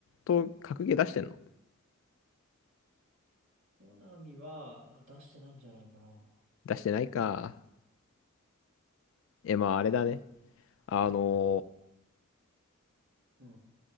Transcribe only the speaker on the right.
小ナミはあ出してないんじゃないかな。
うん。